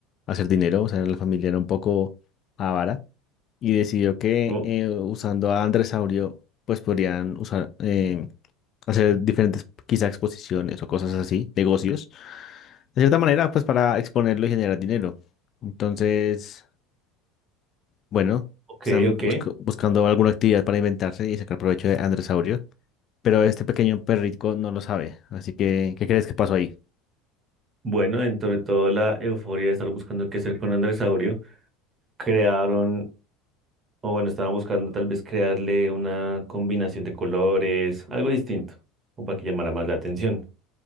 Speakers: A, on the left; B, on the right.
A: hacer dinero, o sea, la familia era un poco avara y decidió que
B: o-
A: eh, usando a Andresaurio, pues podrían usar... eh, hacer diferentes quizá exposiciones o cosas así, negocios, de cierta manera, pues para exponerlo y generar dinero. Entonces, bueno,
B: ok,
A: están
B: ok.
A: busco- buscando alguna actividad para inventarse y sacar provecho de Androsaurio, pero este pequeño perrico no lo sabe, así que, ¿qué crees que pasó ahí?
B: Bueno, dentro de toda la euforia de estar buscando qué hacer con Andrés Aurio, crearon O bueno, estaban buscando tal vez crearle una combinación de colores, algo distinto, o para que llamara más la atención.